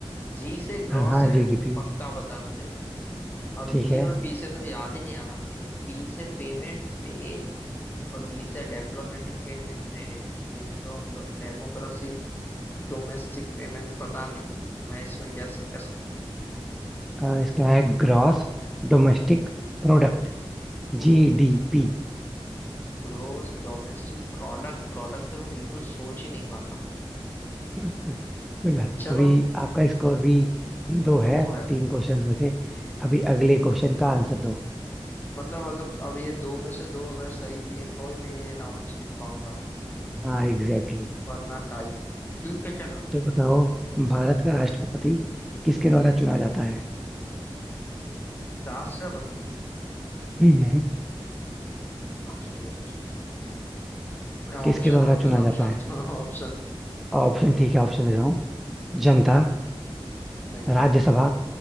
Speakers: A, on the left; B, in the centre.
A: जी से ग्रॉस
B: हाँ हाँ
A: है
B: जीडीपी
A: पक्का पता है मुझे अब
B: ठीक
A: डी
B: है
A: और पी से तो याद ही नहीं आ रहा मतलब पी से पेमेंट पे और डी से डिप्लोमेटिक पेमेंट नहीं diplo diplo democracy domestic payment पता नहीं मैं इसमें गैस नहीं कर सकता
B: अ, इसका है ग्रॉस डोमेस्टिक प्रोडक्ट
A: ओ
B: जीडीपी
A: ग्रोस डोमेस्टिक प्रोडक्ट प्रोडक्ट तो मैं बिल्कुल सोच ही नहीं पाता मतलब
B: कोई बात नहीं
A: चलो
B: अभी आपका स्कोर भी दो है
A: दो है
B: तीन क्वेश्चंस में थे अभी अगले क्वेश्चन का आंसर दो
A: मतलब अगर अब ये दो में से दो अगर सही दिए तो ही मैं ये राउंड जीत पाऊंगा
B: हाँ एग्जैक्टली exactly.
A: वरना टाई ठीक है चलो
B: तो बताओ भारत का राष्ट्रपति किसके द्वारा चुना जाता है
A: राष्ट्रपति
B: हम्म
A: अरे यार ऑप्शन
B: किसके द्वारा
A: ऑप्शन
B: चुना जाता
A: ऑप्शन
B: है
A: ऑप्शन
B: ऑप्शन ठीक है ऑप्शन देता हूँ जनता
A: <laughs> नहीं
B: राज्यसभा